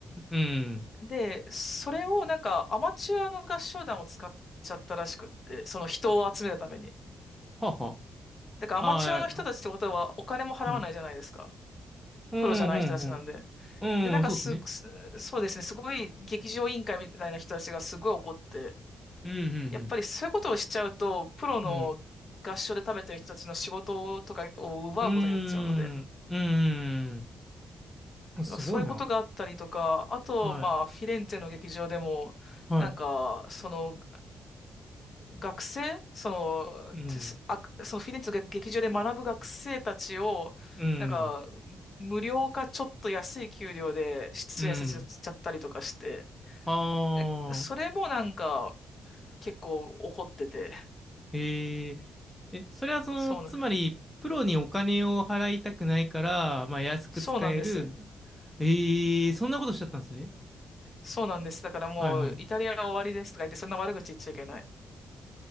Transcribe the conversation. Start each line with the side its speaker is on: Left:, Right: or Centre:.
Centre: うん。
Left: で、それをなんかアマチュアの合唱団を使っちゃったらしくって、その人を集めるために。
Centre: はあは
Left: だからアマチュアの人たちってことはお金も払わないじゃないですか。
Centre: あ。ああ、はい。うん、
Left: プロじゃない人たちなんで。
Centre: うん、うん。
Left: で、なんかす、
Centre: うん、そうですね。
Left: すそうですね、すごい劇場委員会みたいな人たちがすごい怒って、
Centre: うん、うん、
Left: やっぱりそういうことをしちゃうと、プロの合唱で食べてる人たちの仕事とかを奪うことになっちゃうので、
Centre: うん。うん。うーん。うーん。すごいな。
Left: なんかそういうことがあったりとか、あと、
Centre: はい。
Left: まあ、フィレンツェの劇場でも、
Centre: はい。
Left: なんか、その、学生、そ
Centre: うん。
Left: の、てすあ、そのフィレンツェの劇場で学ぶ学生たちを、
Centre: うん。
Left: なんか、無料かちょっと安い給料で出演させちゃったりとかして、
Centre: うん。ああ。
Left: えそれもなんか、結構怒ってて、
Centre: ええ。え、それはその、
Left: そうな、
Centre: つまり、プロにお金を払いたくないから、まあ、安く使える。
Left: そうなんです。
Centre: ええ、そんなことしちゃったんですね。
Left: そうなんです。だからもう、
Centre: はい、はい。
Left: イタリアは終わりですとか言って、
Centre: <laughs>
Left: そんな悪口言っちゃいけない。